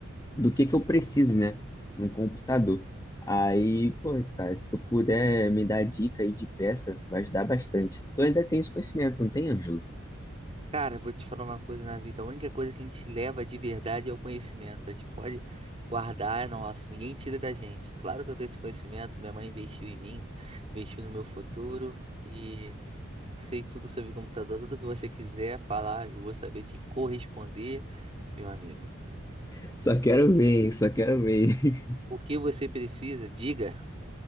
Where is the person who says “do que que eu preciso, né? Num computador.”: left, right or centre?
Left